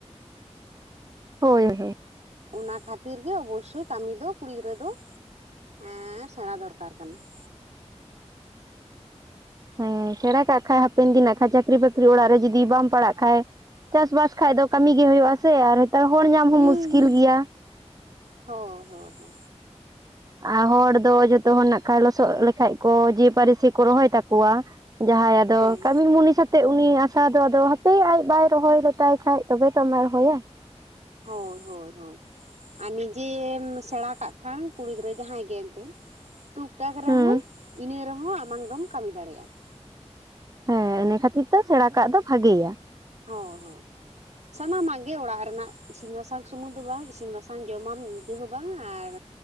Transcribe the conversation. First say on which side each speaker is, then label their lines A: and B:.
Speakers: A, on the right; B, on the right.
A: ᱦᱳᱭ, ᱦᱳᱭ, ᱦᱳᱭ ᱾
B: ᱚᱱᱟ ᱠᱷᱟᱹᱛᱤᱨ ᱜᱮ ᱚᱵᱚᱥᱳᱭ ᱠᱟᱹᱢᱤ ᱫᱚ ᱠᱩᱲᱤ ᱜᱤᱫᱽᱨᱟᱹ ᱫᱚ ᱮᱸᱻ ᱥᱮᱲᱟ ᱫᱚᱨᱠᱟᱨ ᱠᱟᱱᱟ ᱾
A: ᱦᱮᱸ ᱥᱮᱲᱟ ᱠᱟᱜ ᱠᱷᱟᱡ ᱦᱟᱯᱮᱱ ᱫᱤᱱ ᱱᱟᱸᱜ ᱠᱷᱟᱡ ᱪᱟᱹᱠᱨᱤ ᱵᱟᱹᱠᱨᱤ ᱚᱲᱟᱜ ᱨᱮ ᱡᱩᱫᱤ ᱵᱟᱢ ᱯᱟᱲᱟᱜ ᱠᱷᱟᱡ᱾ ᱪᱟᱥ ᱵᱟᱥ ᱠᱷᱟᱡ ᱫᱚ ᱠᱟᱹᱢᱤ ᱜᱮ ᱦᱳᱭᱳᱜ-ᱟ ᱥᱮ ᱟᱨ ᱦᱮᱛᱟᱨ ᱦᱚᱲ ᱧᱟᱢ ᱦᱚᱸ
B: ᱦᱩᱸ
A: ᱢᱩᱥᱠᱤᱞ
B: ᱦᱩᱸ
A: ᱜᱮᱭᱟ ᱾
B: ᱦᱳᱭ, ᱦᱳᱭ, ᱦᱳᱭ ᱾
A: ᱟᱨ ᱦᱚᱲ ᱫᱚ ᱡᱚᱛᱚ ᱦᱚᱲ ᱱᱟᱜ ᱠᱷᱟᱡ ᱞᱚᱥᱚᱫ ᱞᱮᱠᱷᱟᱡ ᱠᱚ ᱡᱮ ᱯᱟᱹᱨᱤᱥᱤ ᱠᱚ ᱨᱚᱦᱚᱭ ᱛᱟᱠᱚᱣᱟ ᱾ ᱡᱟᱦᱟᱭ ᱟᱫᱚ
B: ᱦᱮᱸ
A: ᱠᱟᱹᱢᱤ ᱢᱩᱱᱤᱥ ᱥᱟ ᱛᱮᱫ ᱩᱱᱤ ᱟᱥᱟ ᱫᱚ ᱟᱫᱚ ᱦᱟᱯᱮ ᱟᱡ ᱵᱟᱭ ᱨᱚᱦᱚᱭ ᱞᱮᱛᱟᱭ ᱠᱷᱟᱡ ᱛᱚᱵᱮ ᱛᱚ ᱟᱢᱟᱜᱮ ᱨᱚᱦᱚᱭᱟ ᱾
B: ᱦᱳᱭ, ᱦᱳᱭ, ᱦᱳᱭ᱾ ᱟᱨ ᱱᱤᱡᱮᱢ ᱥᱮᱲᱟ ᱠᱟᱜ ᱠᱷᱟᱱ ᱠᱩᱲᱤ ᱜᱤᱫᱽᱨᱟᱹ ᱡᱟᱦᱟᱭ ᱜᱮ ᱮᱱᱛᱮ᱾ ᱴᱩᱠ ᱴᱟᱠ ᱨᱮᱦᱚᱸ
A: ᱦᱩᱸ
B: ᱤᱱᱟᱹ ᱨᱮᱦᱚᱸ ᱟᱢᱟᱝ ᱫᱚᱢ ᱠᱟᱹᱢᱤ ᱫᱟᱲᱮᱜ-ᱟ ᱾
A: ᱦᱮᱸ ᱤᱱᱟᱹ ᱠᱷᱟᱹᱛᱤᱨ ᱛᱮ ᱥᱮᱲᱟ ᱠᱟᱜ ᱫᱚ ᱵᱷᱟᱜᱮᱭᱟ ᱾
B: ᱦᱳᱭ, ᱦᱳᱭ ᱾ ᱥᱟᱱᱟᱢᱟᱜ ᱜᱮ ᱚᱲᱟᱜ ᱨᱮᱱᱟᱜ ᱤᱥᱤᱱ ᱵᱟᱥᱟᱝ ᱥᱩᱢᱩᱝ ᱫᱚ ᱵᱟᱝ᱾ ᱤᱥᱤᱱ ᱵᱟᱥᱟᱝ ᱡᱚᱢᱟᱢ ᱤᱱᱠᱟᱹ ᱦᱚᱸ ᱵᱟᱝ᱾ᱟᱨ